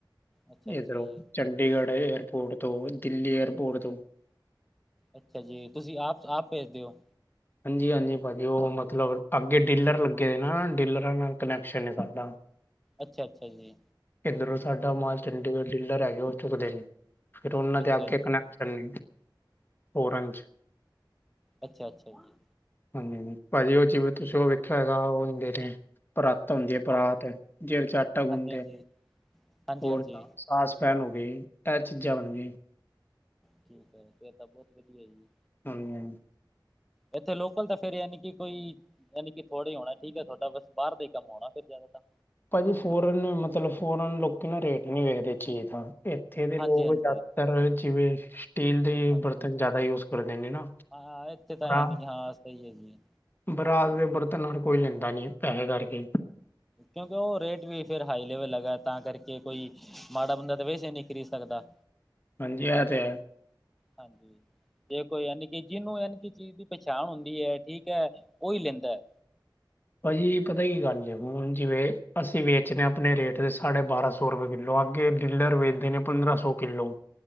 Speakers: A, in the centre; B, on the left (about 25°).
A: ਅੱਛਾ-ਅੱਛਾ
B: ਇਧਰੋ
A: ਜੀ
B: ਚੰਡੀਗੜ੍ਹ ਏਅਰਪੋਰਟ ਤੋਂ, ਦਿੱਲੀ ਏਅਰਪੋਰਟ ਤੋਂ।
A: ਅੱਛਾ ਜੀ, ਤੁਸੀਂ ਆਪ, ਆਪ ਭੇਜਦੇ ਓ?
B: ਹਾਂਜੀ-ਹਾਂਜੀ ਭਾਜੀ, ਉਹ ਮਤਲਬ ਅੱਗੇ ਡੀਲਰ ਲੱਗੇ ਹੋਏ ਨਾ, ਡੀਲਰਾਂ ਨਾਲ ਕਨੈਕਸ਼ਨ ਏ ਸਾਡਾ।
A: ਅੱਛਾ-ਅੱਛਾ ਜੀ।
B: ਇੱਧਰੋਂ ਸਾਡਾ ਮਾਲ
A: ਠੀਕ
B: ਚੰਡੀਗੜ੍ਹ
A: ਹੈ,
B: ਡੀਲਰ ਹੈਗੇ, ਉਹ ਚੁੱਕਦੇ ਨੇ। ਫਿਰ ਉਹਨਾਂ
A: ਅੱਛਾ
B: ਦੇ ਅੱਗੇ
A: ਜੀ ਅੱਛਾ,
B: ਕਨੈਕਸ਼ਨ ਨੇ, ਫੋਰਨ'ਚ।
A: ਅੱਛਾ-ਅੱਛਾ ਜੀ।
B: ਹਾਂਜੀ-ਹਾਂਜੀ, ਭਾਜੀ ਉਹ ਜੀਵੇ ਤੁਸੀਂ ਉਹ ਵੇਖਿਆ ਹੋਇਗਾ, ਉਹ ਹੁੰਦੇ ਨੇ। ਪਰਾਤ ਹੁੰਦੀ ਹੈ,
A: ਹਾਂਜੀ
B: ਪਰਾਤ। ਜਸਦੇ'ਚ ਆਟਾ ਗੁੰਨਦੇ
A: ਹਾਂਜੀ।
B: ਆ।
A: ਹਾਂਜੀ
B: ਹੋਰ
A: ਹਾਂਜੀ,
B: ਸਾਸ ਪੈਨ ਹੋ ਗਈ, ਐ ਚੀਜ਼ਾਂ ਬਣਨੀਆ।
A: ਠੀਕ ਹੈ, ਫੇਰ ਤਾਂ ਬਹੁਤ ਵਧੀਆ ਜੀ।
B: ਹਾਂਜੀ-ਹਾਂਜੀ।
A: ਇੱਥੇ ਲੋਕਲ ਤਾ ਫਿਰ ਯਾਨੀ ਕਿ, ਕੋਈ ਯਾਨੀ ਕੀ ਥੋੜ੍ਹੇ ਹੋਣਾ ਠੀਕ ਹੈ, ਤੁਹਾਡਾ ਬਸ ਬਾਹਰ ਦਾ ਹੀ ਕੰਮ ਹੋਣਾ ਫਿਰ ਜ਼ਿਆਦਾ ਤਾਂ।
B: ਭਾਜੀ ਫੋਰਨ, ਮਤਲਬ ਫੋਰਨ ਲੋਕੀ ਨਾ ਰੇਟ ਨੀ ਵੇਖਦੇ ਚੀਜ਼ ਦਾ, ਇੱਥੇ ਦੇ
A: ਹਾਂਜੀ
B: ਲੋਕ
A: ਹਾਂਜੀ,
B: ਜਿਆਦਾਤਰ ਜਿਵੇਂ, ਸਟੀਲ ਦੇ
A: ਹਾਂਜੀ।
B: ਬਰਤਨ ਜ਼ਿਆਦਾ ਯੂਜ ਕਰਦੇ ਨੇ ਨਾ,
A: ਹਾਂ ਇੱਥੇ
B: ਤਾਂ
A: ਯਾਨੀ ਕਿ ਹਾਂ ਸਹੀ ਹੈ ਜੀ।
B: ਬਰਾਤ ਦੇ ਬਰਤਨ ਹਰ ਕੋਈ ਲੈਂਦਾ ਨੀ, ਪੈਹੇ ਕਰਕੇ।
A: ਕਿਉਂਕਿ ਉਹ ਰੇਟ ਵੀ ਫਿਰ ਹਾਈ ਲੈਵਲ ਲਗਾ ਏ, ਤਾਂ ਕਰਕੇ, ਕੋਈ ਮਾੜਾ ਬੰਦਾ ਤੇ ਵੈਸੇ ਨੀ ਖਰੀਦ ਸਕਦਾ
B: ਹਾਂਜੀ ਇਹ ਤੇ ਹੈ।
A: ਹਾਂਜੀ। ਜੇ ਕੋਈ ਯਾਨੀ ਕਿ ਜਿਹਨੂੰ ਯਾਨੀ ਕਿ ਚੀਜ਼ ਦੀ ਪਛਾਨ ਹੁੰਦੀ ਹੈ ਠੀਕ ਹੈ ਉਹੀ ਲੈਂਦਾ।
B: ਭਾਜੀ ਪਤਾ ਕੀ ਗੱਲ ਜੇ ਹੁਨ ਜਿਵੇਂ ਅਸੀਂ ਵੇਚਨੇ ਆ ਅਪਨੇ ਰੇਟ ਦੇ ਸਾਢੇ ਬਾਰਾਂ ਸੌ ਸੌ ਰੁਪਏ ਕਿੱਲੋ ਅੱਗੇ ਡਿਲਰ ਵੇਚਦੇ ਨੇ ਪੰਦਰਾਂ ਸੌ ਕਿੱਲੋ